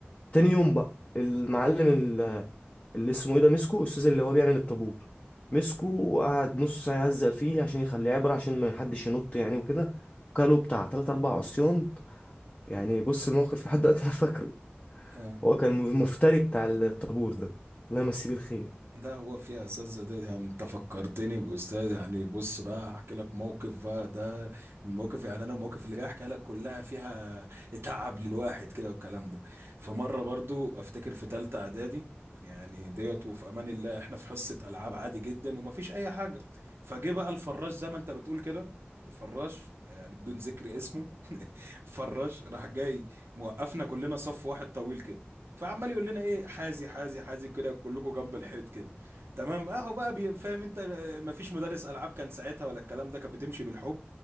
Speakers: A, on the left; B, on the right.
A: تاني يوم بقى المعلم ال- اللي اسمه ايه ده مسكه الاستاذ اللي هو بيعمل الطابور مسكه وقعد نص ساعه يهزق فيه عشان يخليه عبره عشان ما حدش ينط يعني وكده وكاله بتاع تلات اربع عصيان يعني بص الموقف لحد دلوقتي انا فاكره
B: <laughs> اه
A: هو كان المفتري بتاع الطابور ده الله يمسيه بالخير
B: ده هو فيها اساتذه ده يعني انت فكرتني باستاذ يعني بص بقى هحكي لك موقف بقى ده من المواقف يعني انا المواقف اللي جاي احكي لك كلها فيها تعب للواحد كده والكلام ده فمره برضو افتكر في ثالثه اعدادي يعني ديت وفي امان الله احنا في حصه العاب عادي جدا ومفيش اي حاجه فجه بقى الفراش زي ما انت بتقول كده الفراش يعني بدون ذكر اسمه <laughs> فراش راح جاي موقفنا كلنا صف واحد طويل كده فعمال يقول لنا ايه حازي حازي حازي كده كلكم جنب الحيط كده تمام اهو بقى بي- فاهم انت آه، مفيش مدرس العاب كان ساعتها ولا الكلام ده كانت بتمشي بالحب